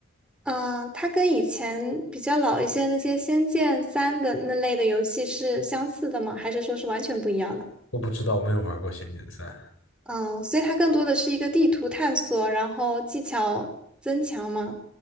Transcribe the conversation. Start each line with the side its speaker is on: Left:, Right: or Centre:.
Centre: 嗯，它跟以前比较老一些那些《仙剑三》的那类的游戏是相似的吗？还是说是完全不一样的？
Left: 我不知道，没有玩过《仙剑三》，
Centre: 嗯，所以它更多的是一个地图探索，然后技巧增强吗？